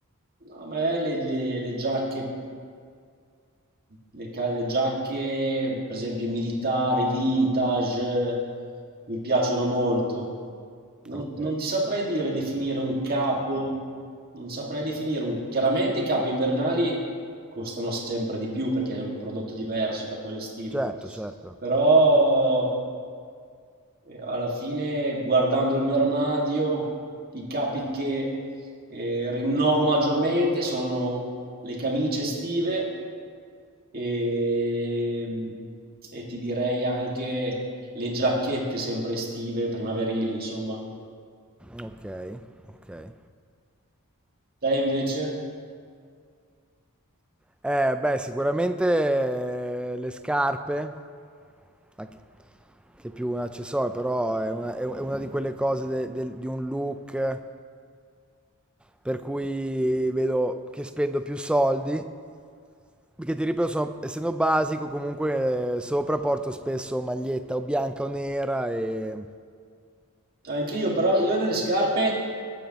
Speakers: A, on the right; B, in the centre.
A: a me le, le- le giacche le, ca- le giacche, per esempio, militari, vintage, mi piacciono molto. Non,
B: Ok,
A: non ti saprei dire definire un capo, non saprei definire un... Chiaramente i capi invernali costano sempre di più perché è un prodotto diverso da quello estivo,
B: certo, certo.
A: però eh, alla fine guardando il mio armadio, i capi che eh, rinnovo maggiormente sono le camicie estive e, e ti direi anche le giacchette sempre estive, primaverili, insomma.
B: Ok, ok.
A: Te invece?
B: Eh, beh, sicuramente eh, le scarpe, anche- che è più un accessorio, però è una, è una di quelle cose de- del- di un look per cui vedo che spendo più soldi, Perché ti ripeto, sono- essendo basico, comunque eh, sopra porto spesso maglietta o bianca o nera e...
A: Anch'io, però io nelle scarpe